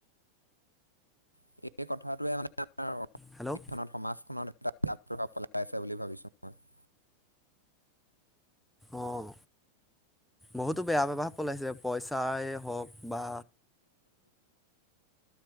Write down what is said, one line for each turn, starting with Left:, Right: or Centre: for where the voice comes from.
Right: <unintelligible> বেয়া প্ৰভাৱ
Centre: হেল্ল'
Right: পেলাই আছে বুলি ভাবিছোঁ মই।
Centre: অহ, বহুতো বেয়া প্ৰভাৱ পেলাইছে। পইছাই হওঁক বা